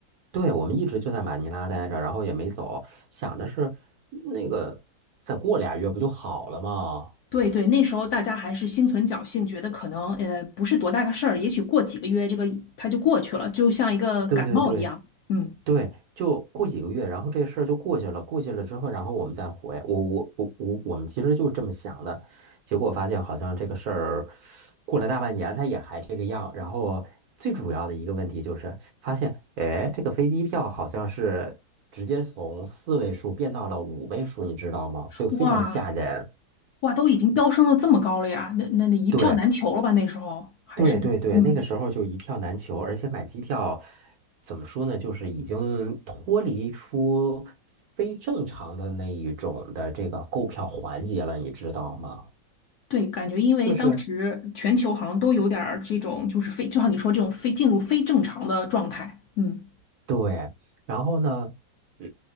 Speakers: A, on the right (about 65°); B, on the left (about 70°).
A: 对，我们一直就在马尼拉待着，然后也没走，想着是那个再过俩月不就好了吗？
B: 对对，那时候大家还是心存侥幸，觉得可能呃不是多大个事儿，也许过几个月这个它就过去了，就像一个感冒一样。
A: 对对对，
B: 嗯，
A: 对，就过几个月，然后这事儿就过去了。过去了之后，然后我们再回。我我我我，我们其实就是这么想的。结果发现好像这个事儿过了大半年，它也还这个样。然后最主要的一个问题就是发现，哎，这个飞机票好像是直接从四位数变到了五位数，你知道吗？非非常吓人。
B: 哇哇，都已经飙升了这么高了呀，那那那一票难求了吧？
A: 对，
B: 那时候还是嗯，
A: 对对对，那个时候就一票难求，而且买机票怎么说呢，就是已经脱离出非正常的那一种的这个购票环节了，你知道吗？
B: 对，感觉因为当时全球好像都有点儿这种，
A: 就是
B: 就是非就像你说这种非进入非正常的状态。嗯，
A: 对，然后呢，嗯，